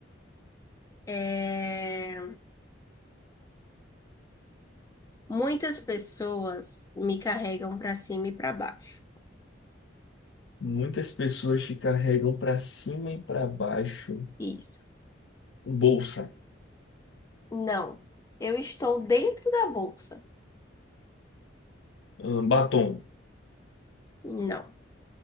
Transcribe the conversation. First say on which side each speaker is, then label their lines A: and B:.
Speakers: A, on the left; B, on the left.
A: É, Muitas pessoas me carregam para cima e para baixo.
B: Muitas pessoas te carregam pra cima e pra baixo.
A: Isso.
B: Bolsa,
A: Não. Eu estou dentro da bolsa.
B: ahn, batom,
A: Não.